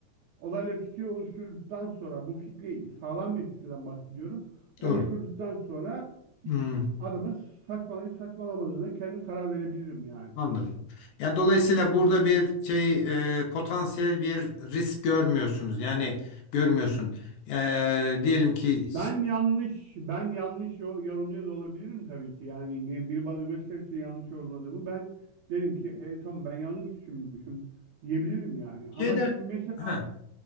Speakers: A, on the right; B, on the left.
A: Olayla fikir oluşturduktan sonra bu fikri sağlam bir fikirden bahsediyorum. Oluşturduktan
B: Doğru.
A: sonra
B: Hmm,
A: adamın saçmalayıp saçmalamadığına kendim karar verebilirim yani.
B: anladım. Yani dolayısıyla burada bir şey e, potansiyel bir risk görmüyorsunuz. Yani görmüyorsun. E, diyelim ki
A: Ben yanlış, ben yanlış yo- yorumluyor da olabilirim tabii ki. Yani ge- biri bana gösterirse yanlış yorumladığımı ben derim ki e, tamam ben yanlış düşünmüşüm diyebilirim yani.
B: şeyde
A: Ama şimdi mesela
B: ha,